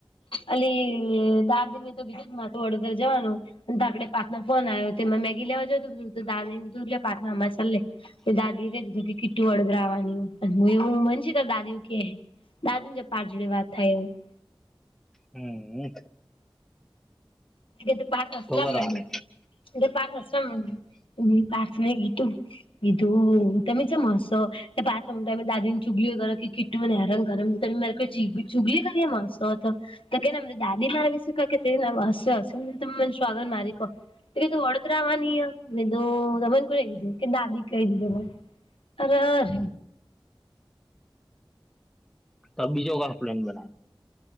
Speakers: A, on the left; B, in the centre.
A: અલી દાદી ને તો કીધું વડોદર જવાનું ધાકડે પાર્થ નો ફોન આયો તેમાં મેગી લેવા તે દાદી એ કહી દીધું કે <unintelligible>
B: હમ્મ
A: <unintelligible> પાર્થ હસવા
B: તો કરાવે
A: મંડ્યો પાર્થ હસવા મંડ્યો. એધું તમે ચમ હશો કે પાસળ ઊંઘ્યા પહી દાદી ને ચુગલીઓ કરે કે કીટુંને હેરાન કરે તમે માર ચિગ ચુગલી કરી એમાં હસો તો કે ના માર દાદી મારા વિશે ક કે તે આવ હશે હશે મેં કીધું તમન સોગન મારી કો એટલે તું વડોદરા આવાની હ મેં કીધુ તમન કોને કીધું કે દાદી કઈ દીધુ મન અર ર
B: તો આ બીજો વાર પ્લેન બનાયો